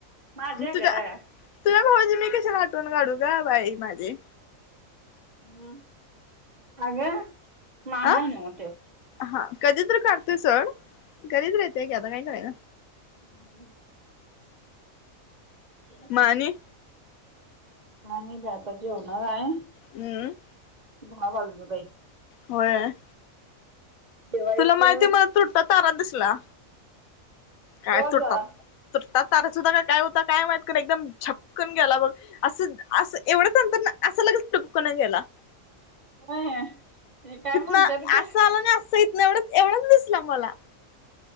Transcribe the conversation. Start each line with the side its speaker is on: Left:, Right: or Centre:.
Right: माझ्या
Left: तुझ्या
Right: ग हम्म.
Left: तुझ्या भावाची मी कशाला आठवन काढू का बाई माझे
Right: ह अग मामा
Left: आ
Right: ये नव्ह तो
Left: हा कधी तर काढतोय सोड, कधी तर येतय की आता काही करायच
Right: हम् काही
Left: म आणि
Right: नाही बाई आता जेवणार हाय
Left: हम्म
Right: दहा वाजलं बाई
Left: होय
Right: जेवायचं
Left: तुला माहिती मला तुटता तारा दिसला. काय
Right: हो
Left: तुटतात
Right: गं
Left: तुटतात तारा होता का काय होता काय माहित का एकदम झपकन गेला बघ. असं असं एवढंच नंतर असं लगेच टुपकणा गेला.
Right: होय ते काय
Left: इथन
Right: म्हणतात ग
Left: असं आलं नाही असं इथन एवढच एवढाच दिसलं मला.